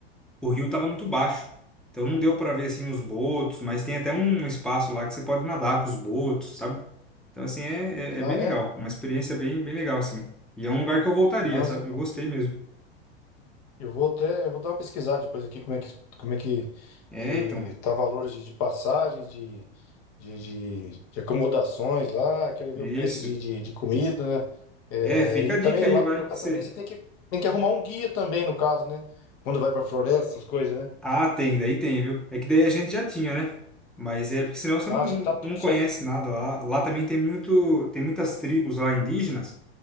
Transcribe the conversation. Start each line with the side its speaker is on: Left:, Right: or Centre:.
Centre: o rio tava muito baixo. Então não deu pra ver assim os botos, mas tem até um espaço lá que você pode nadar com os botos, sabe? Então assim é, é,
Left: Ah,
Centre: é bem legal,
Left: é?
Centre: uma experiência bem bem legal assim. E é um lugar que eu voltaria,
Left: Mas
Centre: sabe?
Left: então.
Centre: Eu gostei mesmo.
Left: Eu vou até, eu vou dar uma pesquisada depois aqui como é que, como é que,
Centre: É,
Left: que
Centre: então,
Left: tá valores de, de passagens, de, de, de, de acomodações lá, quero ver
Centre: é
Left: o
Centre: isso.
Left: preço de, de, de comida, né? É,
Centre: É, fica
Left: e
Centre: a
Left: também
Centre: dica aí,
Left: lá
Centre: vai
Left: por
Centre: que
Left: lá
Centre: você.
Left: também você tem que, tem que arrumar um guia também, no caso, né? Quando vai pra floresta, essas coisas, né?
Centre: Ah, tem, daí tem, viu? É que daí a gente já tinha, né? Mas é porque senão você
Left: Ah,
Centre: não,
Left: já tá tudo
Centre: não
Left: certo.
Centre: conhece nada lá. Lá também tem muito, tem muitas tribos lá indígenas.